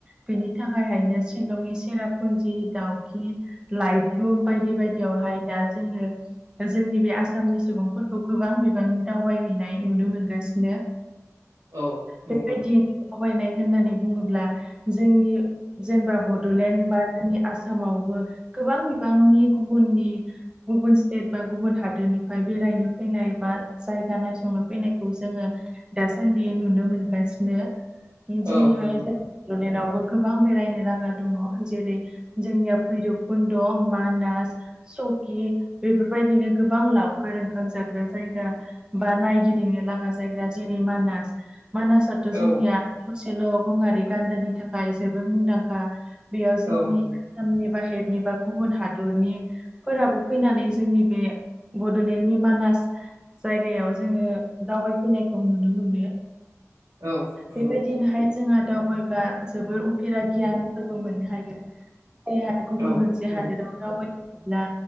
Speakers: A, on the right (about 15°); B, on the right (about 70°).
A: बेनि थाखायहायनो सिलंनि सेरापुन्जि दाउखि लाइट लुम बायदि बायदियावहाय दा जोङो जोंनि बे आसामनि सुबुंफोर- खौ गोबां बिबांनि दावबायहैनाय नुनो मोनगासिनो
B: औ नंगौ
A: बेबायदि आवायनाय होननानै बुङोब्ला जोंनि जेनेबा बड'लेण्ड बा जोंनि आसामावबो गोबां बिबांनि गुबुननि गुबुन स्टेट बा गुबुन हादोरनिफ्राय बेरायनो फैनाय बा जायगा नायसंनो फैनायखौ जोङो दासान्दि नुनो मोनगासिनो जेरैहाय
B: औ नंगौ
A: बडलेनावबो गोबां बेरायनो लागा दङ जेरै जोंनिया भैरबखुन्द' मानास सकि बेफोरबायदिनो गोबां लावखार - खाम जाग्रा जायगा बा नायगिदिंनो लागा जायगा जेरै मानास मानासा जोंनिया
B: औ
A: थसेल' गंआरि गान्दानि थाखाय जोबोद मुंदांखा बेयाव जोंनि
B: औ नंगौ
A: आसामनि बाहेरनि बा गुबुन हादरनि फोराबो फैनानै जोंनि बे बड'लेण्ड जोंनि मानास जायगायाव जोङो दावबायफैनायखौ नुनो मोनो
B: औ नंगौ
A: बेबायदिनोहाय जोंहा दावबायबा- जोबोर उफेरा गियानफोरबो मोननो हायो जेरहाय गुबुन
B: औ
A: मोनसे
B: नंगौ
A: हादोराव दावबाय होयोब्ला